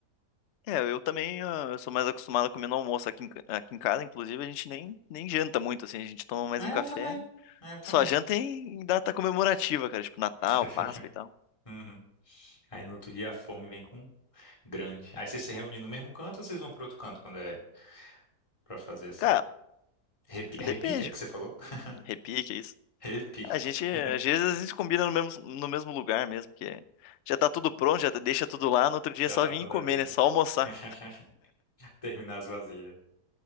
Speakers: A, on the left; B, on the left.
A: É, eu também ah, eu sou mais acostumado a comer no almoço aqui em, ca- aqui em casa, inclusive a gente nem, nem janta muito, assim, a gente toma mais
B: É,
A: um café.
B: eu também. É, eu também.
A: Só janta em data comemorativa, cara, tipo Natal,
B: <laughs>
A: Páscoa e tal.
B: Uhum. Aí no outro dia a fome vem com grande. Aí vocês se reúnem no mesmo canto ou vocês vão para outro canto quando é para fazer essa
A: Cara,
B: repi- repique,
A: depende.
B: é que você falou? <laughs>
A: Repique, é isso.
B: Repique.
A: A gente, às
B: <laughs>
A: vezes a gente combina no mesmo, no mesmo lugar mesmo, que é- já tá tudo pronto, já tá- deixa tudo lá, no outro dia
B: Já
A: é só
B: tá
A: vir
B: tudo
A: e comer,
B: ali, né?
A: né? Só almoçar.
B: <laughs> Terminar as vasilhas.